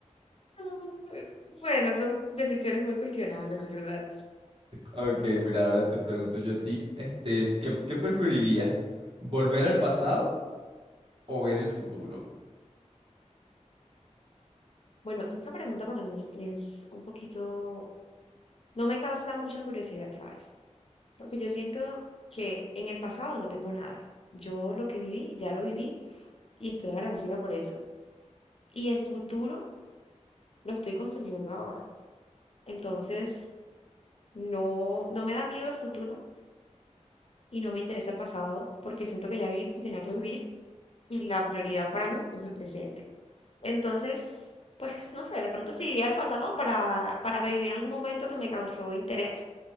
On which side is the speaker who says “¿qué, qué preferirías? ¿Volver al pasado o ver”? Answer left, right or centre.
Right